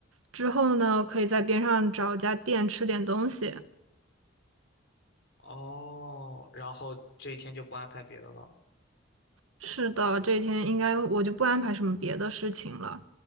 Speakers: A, on the right; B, on the left.
A: 之后呢，可以在边上找家店吃点东西。
B: 哦，然后这一天就不安排别的了。
A: 是的，这一天应该我就不安排什么别的事情了。